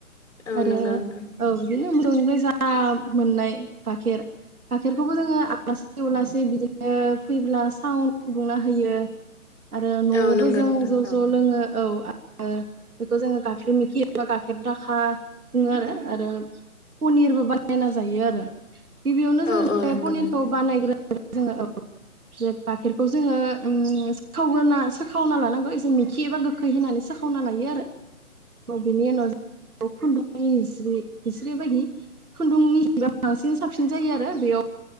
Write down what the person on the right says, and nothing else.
आरो
औ बिदिनो मगनिफ्राय जा मोननाय गाइखेर गाइखेरखौबो जोङो आलासि उलासि बिदिनो फैब्ला सा फुदुंना होयो। आरो न'वाबो
ज'
ज' लोङो। औ आरो बेखौ जोङो गाइखेर मोखि एबा गाइखेर दाखा बुङो आरो आरो पनिरबो बानायना जायो आरो गिबियावनो जों
बे
पनिरखौ
बानाग्रो <unintelligible> ओ जे गाइखेरखौ जोङो उम सोखावग्रोना सो ओ खावना लानांगौ एसे मिखि एबा गोखै होनानै सोखावना लायो आरो औ बिनि उनाव जों जि हिस्रि हिस्रि बायदि खुन्दुंनि ओ बांसिन साबसिन जायो आरो बेयाव